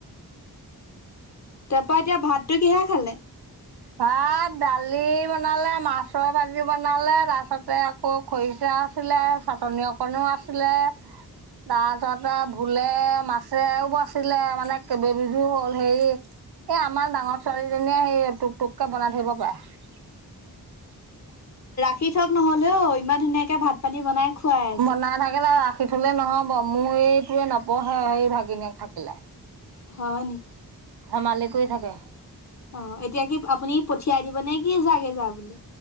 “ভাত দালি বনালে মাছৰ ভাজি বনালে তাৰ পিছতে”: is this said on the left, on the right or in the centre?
Right